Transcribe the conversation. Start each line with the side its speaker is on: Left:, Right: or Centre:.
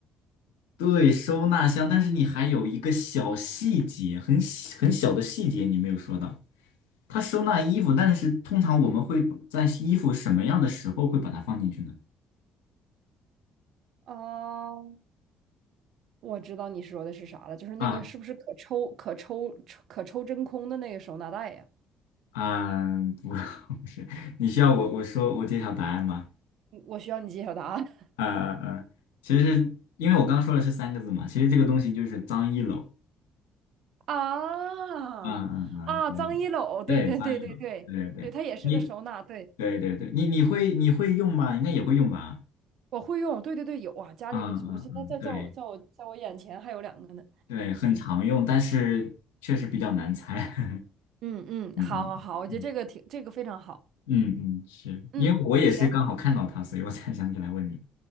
Left: 对，收纳箱，但是你还有一个小细节，很小很小的细节你没有说到，它收纳衣服，但是通常我们会在衣服什么样的时候会把它放进去呢？
Right: 啊，我知道你说的是啥了，就是那个是不是可抽可抽抽可抽真空的那个收纳袋呀？
Left: 啊啊，不，<laughs> 不是，你需要我我说我揭晓答案吗？
Right: 嗯我需要你揭晓答案。<laughs>
Left: 呃呃呃，其实因为我刚刚说的是三个字嘛，其实这个东西就是脏衣篓。
Right: 啊
Left: 嗯嗯嗯，
Right: 啊，
Left: 对
Right: 脏衣篓，对对对对对对，
Left: 对，脏衣篓，对对你
Right: 它也是个收纳，对，
Left: 对对对，你你会你会用吗？应该也会用吧？
Right: 我会用，对对对，有啊，家里我我现在在在我在我在我眼前还有两个呢。
Left: 嗯嗯嗯，对。对，很常用，但是确实比较难猜。<laughs>
Right: 嗯嗯，
Left: 嗯嗯嗯
Right: 好好好，我觉得这个挺这个非常好。
Left: 嗯嗯，是因为我也是刚好看到它，
Right: 嗯，行
Left: 所以我才想起来问你。